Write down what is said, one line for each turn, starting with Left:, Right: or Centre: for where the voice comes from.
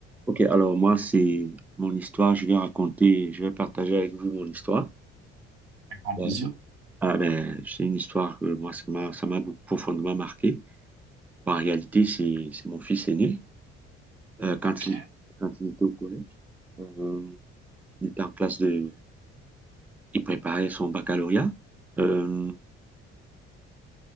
Centre: Ok, alors moi, c'est mon histoire. Je vais raconter, je vais partager avec vous mon histoire.
Right: Avec grand
Centre: Ouais.
Right: plaisir.
Centre: Ah ben, c'est une histoire que moi, ça m'a, ça m'a beaucoup- profondément marqué. Bah, en réalité, c'est, c'est mon fils aîné. Euh, quand
Right: Ok.
Centre: il, quand il était au collège, euh, il était en classe de, il préparait son baccalauréat. Euh,